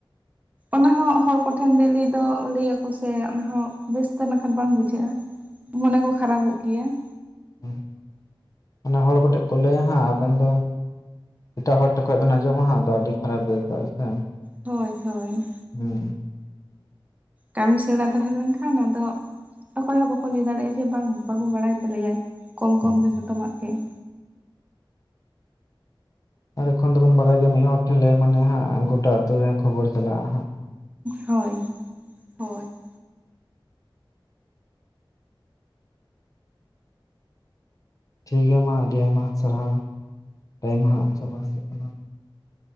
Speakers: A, on the right; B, on the left.
A: ᱚᱱᱟ ᱦᱚᱸ ᱦᱚᱲ ᱠᱚᱴᱷᱮᱱ ᱞᱟᱹᱞᱟᱹᱭ ᱫᱚ ᱞᱟᱹᱭ ᱟᱠᱚ ᱥᱮ ᱚᱱᱟ ᱦᱚᱸ ᱵᱮᱥᱛᱮ ᱱᱟᱜ ᱠᱷᱟᱱ ᱵᱟᱝ ᱵᱩᱡᱷᱟᱹᱜ-ᱟ ᱾ ᱢᱚᱱᱮ ᱠᱚ ᱠᱷᱟᱨᱟᱯᱚᱜ ᱜᱮᱭᱟ ᱾
B: ᱦᱮᱸ ᱾ <inaudible> ᱱᱢᱟᱱᱮ ᱦᱚᱲ ᱠᱚᱴᱷᱮᱡ ᱠᱚ ᱞᱟᱹᱭᱟ ᱦᱟᱸᱜ ᱟᱵᱮᱱ ᱫᱚ ᱮᱴᱟᱜ ᱦᱚᱲ ᱴᱷᱮᱜ ᱠᱷᱚᱡ ᱵᱮᱱ ᱟᱸᱡᱚᱢᱟ ᱦᱟᱜ ᱟᱹᱰᱤ ᱠᱷᱟᱨᱟᱯ ᱜᱮ ᱟᱹᱭᱠᱟᱹᱜ-ᱟ ᱥᱮ ᱾
A: ᱦᱳᱭ ᱦᱳᱭ ᱾
B: ᱦᱩᱢ ᱾
A: ᱠᱟᱹᱢᱤ ᱥᱮᱲᱟ ᱛᱟᱦᱮᱸ ᱞᱮᱱᱠᱷᱟᱱ ᱟᱫᱚ ᱚᱠᱚᱭ ᱦᱚᱸ ᱵᱟᱠᱚ ᱞᱟᱹᱭ ᱫᱟᱲᱮᱭᱟᱜ-ᱟ ᱡᱮ ᱵᱟᱝ ᱵᱟᱹᱦᱩ ᱵᱟᱲᱟᱭ ᱛᱟᱞᱮᱭᱟᱭ ᱠᱚᱢ
B: ᱦᱩᱸ
A: ᱠᱚᱢ ᱫᱚ ᱡᱷᱚᱛᱚᱢᱟᱜ ᱜᱮ ᱾
B: ᱟᱨ ᱮᱠᱷᱚᱱ ᱫᱚᱵᱚᱱ ᱵᱟᱲᱟᱭ ᱜᱮᱭᱟ ᱢᱤᱫ ᱦᱚᱲ ᱴᱷᱮᱱ ᱞᱟᱹᱭ ᱢᱟᱱᱮ ᱦᱟᱸᱜ ᱜᱚᱴᱟ ᱟᱛᱳ ᱨᱮ ᱠᱷᱚᱵᱚᱨ ᱪᱟᱞᱟᱜ-ᱟ ᱦᱟᱸᱜ ᱾
A: ᱦᱳᱭ <inaudible> ᱦᱳᱭ ᱾
B: ᱴᱷᱤᱠ ᱜᱮᱭᱟ ᱢᱟ ᱟᱹᱰᱤ ᱟᱭᱢᱟ ᱥᱟᱨᱦᱟᱣ <inaudible> ᱴᱟᱭᱤᱢ ᱦᱟᱸᱜ ᱪᱟᱵᱟ ᱦᱤᱡᱩᱜ ᱠᱟᱱᱟ ᱾